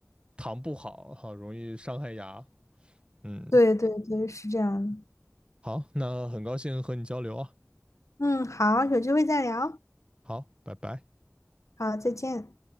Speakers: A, on the right; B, on the left.
A: 糖不好好容易伤害牙。嗯，
B: 对对对，是这样的。
A: 好，那很高兴和你交流啊，
B: 嗯，好，有机会再聊。
A: 好，拜拜。
B: 好，再见。